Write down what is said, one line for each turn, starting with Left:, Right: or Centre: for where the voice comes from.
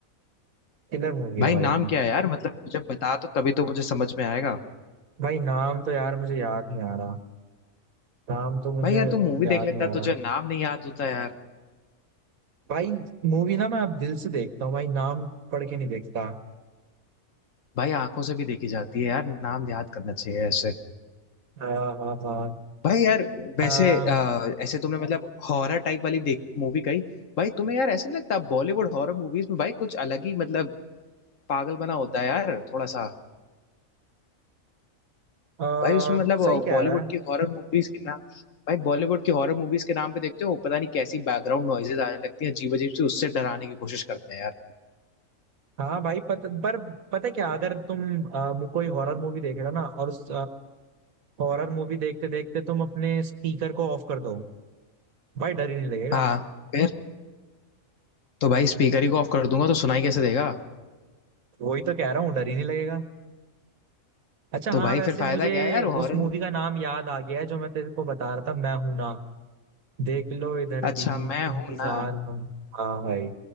Right: किलर मूवी है
Left: भाई
Right: भाई
Left: नाम क्या है यार मतलब मुझे बता तो तभी तो मुझे समझ में आएगा
Right: भाई नाम तो यार मुझे याद नहीं आ रहा नाम तो मुझे
Left: भाई यार तू मूवी
Right: याद
Left: देख लेता
Right: नहीं आ रहा
Left: तुझे नाम नहीं याद होता यार
Right: भाई मूवी ना मैं अब दिल से देखता हूँ भाई नाम पढ़ के नहीं देखता
Left: भाई आंखों से भी देखी जाती है यार नाम याद करना चाहिए ऐसे
Right: हाँ हाँ हाँ
Left: भाई यार वैसे
Right: हाँ,
Left: आ, ऐसे तुमने मतलब हॉरर टाइप वाली देख मूवी कही भाई तुम्हें यार ऐसा नहीं लगता बॉलीवुड हॉरर मूवीज में भाई कुछ अलग ही मतलब पागल बना होता है यार थोड़ा सा
Right: आ,
Left: भाई उसमें मतलब
Right: सही कह
Left: बॉलीवुड
Right: रहा है
Left: की हॉरर मूवीज के नाम भाई बॉलीवुड की हॉरर मूवीज के नाम पे देखते हो पता नहीं कैसी बैकग्राउंड नॉइजेज आने लगती हैं अजीब अजीब सी उससे डराने की कोशिश करते हैं यार
Right: हाँ भाई पत, पर पता है क्या अगर तुम आ, मु- कोई हॉरर मूवी देख रहे हो ना और उस हॉरर मूवी देखते देखते तुम अपने स्पीकर को ऑफ कर दो भाई डर ही नहीं लगेगा
Left: हाँ फिर तो भाई स्पीकर ही को ऑफ कर दूंगा तो सुनाई कैसे देगा
Right: वही तो कह रहा हूँ डर ही नहीं लगेगा अच्छा
Left: तो
Right: हाँ
Left: भाई
Right: वैसे
Left: फिर फायदा
Right: मुझे
Left: क्या है यार हॉरर
Right: उस मूवी
Left: मूवी
Right: का नाम याद आ गया है जो मैं तेरे को बता रहा था मैं हूं ना देख लो इधर
Left: अच्छा
Right: भी
Left: मैं
Right: इंतजार
Left: हूं ना
Right: में हाँ भाई